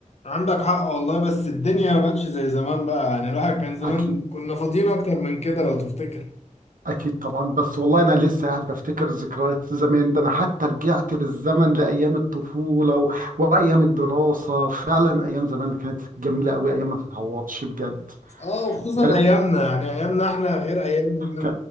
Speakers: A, on the left (about 55°); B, on the right (about 85°).
A: عندك حق والله بس الدنيا ما بقتش زي زمان بقى يعني الواحد كان زمان
B: اكيد
A: كنا فاضيين اكتر من كده لو تفتكر
B: اكيد طبعا بس والله انا لسه قاعد بفتكر ذكريات زمان ده انا حتى رجعت بالزمن لايام الطفوله و... وايام الدراسه فعلا ايام زمان كانت جميله قوي ايام ما تتعوضش بجد
A: اه وخصوصا
B: يا ريت
A: ايامنا يعني ايامنا احنا غير ايام زمان
B: ك...